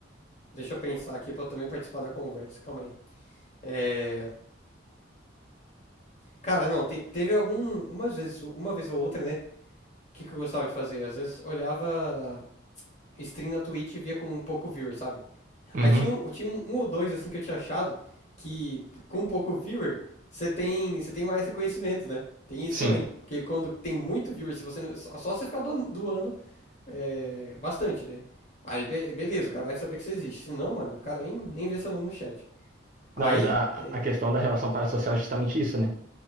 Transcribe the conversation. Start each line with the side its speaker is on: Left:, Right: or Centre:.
Left: Deixa eu pensar aqui pra eu também participar da conversa. Calma aí. É... Cara, não, te- teve algumas vezes, uma vez ou outra, né? O que, que eu gostava de fazer? Às vezes olhava stream na Twitch e via com um pouco viewer, sabe?
Right: Uhum,
Left: Aí tinha um, tinha um, um ou dois, assim, que eu tinha achado que com um pouco viewer, você tem, você tem mais reconhecimento, né? Tem isso
Right: sim.
Left: também. Porque quando tem muito viewer, se você, só você ficar doando é, bastante, né? Aí, be- beleza, o cara vai saber que você existe. Se não, mano, o cara nem, nem vê seu nome no chat. Aí,
Right: Não, mas a,
Left: é,
Right: a questão da relação parasocial é justamente isso, né?